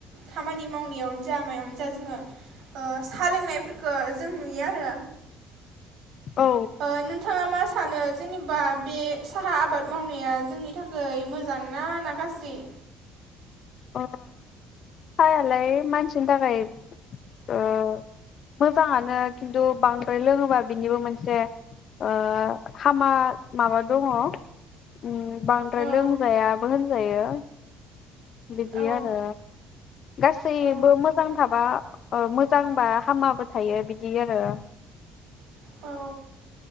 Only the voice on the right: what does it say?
खामानि मावनायावनो जा मायावनो जा जोंङो ओ साहा लोंनायफोर <unintelligible> जों नुयो आरो
ओ नोंथांङा मा सानो जेनेबा बे साहा आबाद मावनाया जोंनि थाखाय मोजां ना ना गाज्रि?
औ
औ
औ
औ